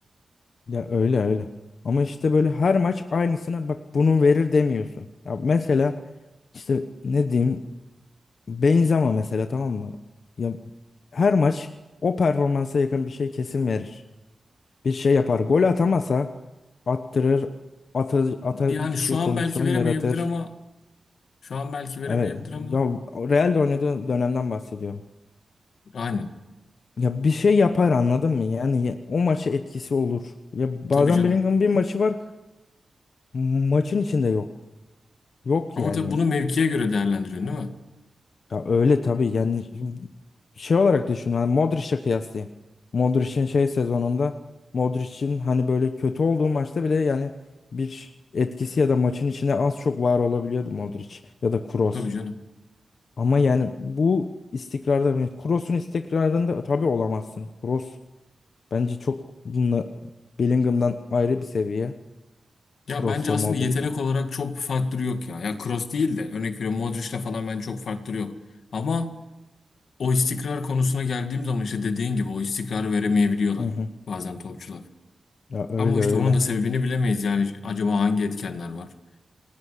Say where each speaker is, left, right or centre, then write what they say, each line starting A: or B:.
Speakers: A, on the left; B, on the left.
A: Ya öyle öyle. Ama işte böyle her maç aynısına bak bunu verir demiyorsun. Ya mesela işte ne diyeyim Benzema mesela tamam mı? Ya her maç o performansa yakın bir şey kesin verir. bir şey yapar. Gol atamasa attırır, ata, atan
B: Yani
A: kişiye
B: şu an
A: pozisyon
B: belki veremeyebilir
A: yaratır.
B: ama şu an belki veremeyebilir
A: Evet.
B: ama
A: Ya Real'de oynadığı dönemden bahsediyorum.
B: aynen.
A: Ya bir şey yapar anladın mı? Yani ya- o maça etkisi olur. Ya
B: Tabii
A: bazen
B: canım.
A: Bellingham'ın bir maçı var. Maçın içinde yok. Yok
B: Ama
A: yani.
B: tabii bunu mevkiye göre değerlendiriyorsun değil mi?
A: Ya öyle tabii yani şimdi şey olarak düşün hani Modric'e kıyaslayayım. Modric'in şey sezonunda Modric'in hani böyle kötü olduğu maçta bile yani bir etkisi ya da maçın içinde az çok var olabiliyordu Modric ya da Kroos.
B: Tabii canım.
A: Ama yani bu istikrarda yani Kroos'un istikrarında tabii olamazsın. Kroos bence çok bununla Bellingham'dan ayrı bir seviye.
B: Ya
A: Kroos'la
B: bence aslında
A: Modric.
B: yetenek olarak çok bir faktörü yok ya. Ya Kroos değil de örnek veriyorum Modric'le falan bence çok faktörü yok. Ama o istikrar konusuna geldiğim zaman işte dediğin gibi o istikrarı veremeyebiliyorlar
A: Hı hı.
B: bazen topçular.
A: Ya öyle
B: Ama işte
A: öyle.
B: onun da sebebini bilemeyiz yani acaba hangi etkenler var